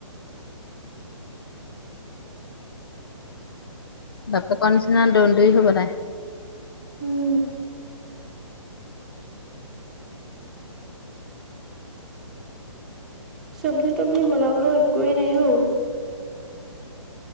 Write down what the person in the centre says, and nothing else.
উম' চব্জি তবজি বনাবলৈও একোৱেই নাই অও।